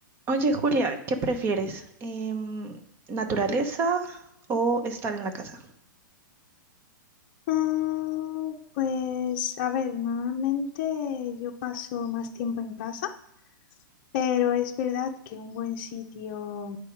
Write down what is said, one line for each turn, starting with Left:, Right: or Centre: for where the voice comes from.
Right: Oye, Julia, ¿qué prefieres? Em, ¿naturaleza o estar en la casa?
Left: Mm, Pues a ver, normalmente yo paso más tiempo en casa, pero es verdad que un buen sitio